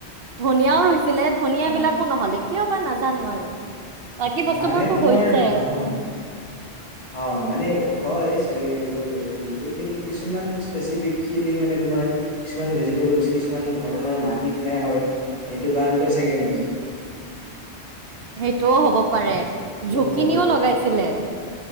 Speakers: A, on the right; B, on the left.
A: ধনিয়াও ৰুইছিলে ধনিয়
B: অ',
A: বিলাকো নহ'লে কিয় বা নাজানো আৰু বাকী বস্তুবোৰতো
B: মানে তোমাৰ
A: হৈছে।
B: নহয় অ', মানে হয় চাগে এইবোৰ ভেজিবলোৰ কিন্তু কিছুমান স্পেচফিকেলি মান কিছুমান ভেজিটেবল কিছুমান ধৰণৰ মাটিত সে হয় সেইটো কাৰণতে চাগে মেই <inaudible>
A: সেইটোও হ'ব পাৰে ঝুকিনিও
B: হ'ব পাৰে
A: লগাইছিলে